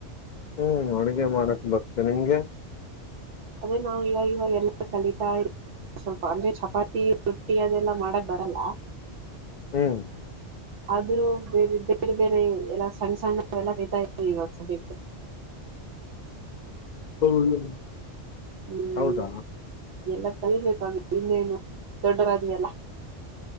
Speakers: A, on the left; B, on the right.
A: ಹ್ಮ್ ಅಡುಗೆ ಮಾಡಕ್ ಬರ್ತೇ ನಿಂಗೆ
B: ಅದೇ ನಾವು ಇವಾಗ ಇವಾಗ ಎಲ್ಲ ಕಲಿತಾ ಇದೀವಿ ಸ್ವಲ್ಪ ಅಂದ್ರೆ ಚಪಾತಿ ರೊಟ್ಟಿ ಅದೆಲ್ಲ ಮಾಡಕ್ ಬರಲ್ಲ
A: ಹ್ಮ್
B: ಆದ್ರೂ ಬೇರೆ ಬೇರೆ ಬೇರೆ ಎಲ್ಲ ಸಣ್ಣಸಣ್ಣ ಎಲ್ಲ ಕಲಿತಾ ಇದಿವಿ ಇವಾಗ್ ಸದ್ಯಕ್ಕೆ
A: <unintelligible>
B: ಹ್ಮ್
A: ಹೌದಾ
B: ಎಲ್ಲ ಕಲಿಬೇಕು ಇನ್ನೇನು ದೊಡ್ಡರಾದ್ಮಲ್ಲ